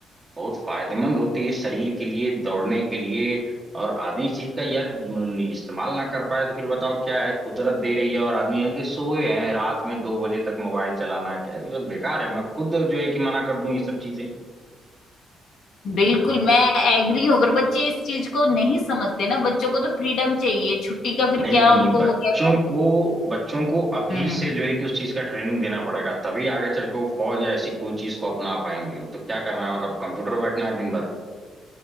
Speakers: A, on the right; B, on the left.
A: बहुत फायदेमंद होती है शरीर के लिए दौड़ने के लिए और आदमी इस चीज का यार न- इस्तेमाल ना कर पाए तो फिर बताओ क्या है कुदरत दे रही है और आदमी है कि सोए हैं रात में दो बजे तक मोबाइल चलाना क्या है ये सब बेकार है मैं खुद जो है कि मना कर दूं ये सब चीजें
B: बिल्कुल मैं एग्री हूँ पर बच्चे इस चीज को नहीं समझते ना बच्चों को तो फ्रीडम चाहिए छुट्टी का फिर
A: नहीं
B: क्या
A: नहीं
B: उनको
A: बच्चों
B: वो कह रहे हैं
A: को बच्चों को अभी
B: हम्म
A: से जो है कि उस चीज का ट्रेनिंग देना पड़ेगा तभी आगे चल के वो फौज या ऐसी कोई चीज को अपना पाएंगे तो क्या करना है मतलब कंप्यूटर पर बैठना है दिन भर